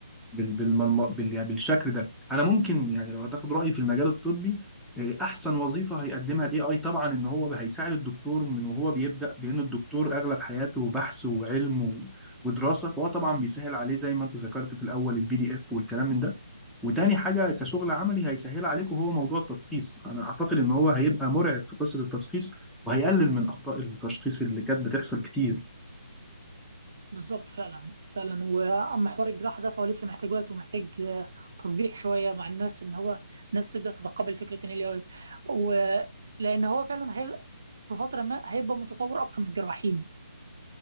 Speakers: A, in the centre; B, on the right.
A: بال... بالملم... بال... يعني بالشكل ده أنا ممكن يعني لو هتاخد رأيي في المجال الطبي آه، أحسن وظيفة هيقدمها ال AI طبعا إن هو هيساعد الدكتور من وهو بيبدأ بأن الدكتور أغلب حياته بحث وعلم و... ودراسة فهو طبعا بيسهل عليه زي ما أنت ذكرت في الأول البي دي إف والكلام من ده وتاني حاجة كشغل عملي هيسهل عليكم هو موضوع التشخيص أنا أعتقد إن هو هيبقى مرعب في قصة التشخيص وهيقلل من أخطاء التشخيص اللي كانت بتحصل كتير
B: بالظبط فعلا فعلا واما حوار الجراحه ده فهو لسه محتاج وقت ومحتاج آه، تطبيع شويه مع الناس ان هو الناس تبدا تتقبل فكره ان الاي اي ولان هو فعلا هي في فتره ما هيبقى متطور اكتر من الجراحين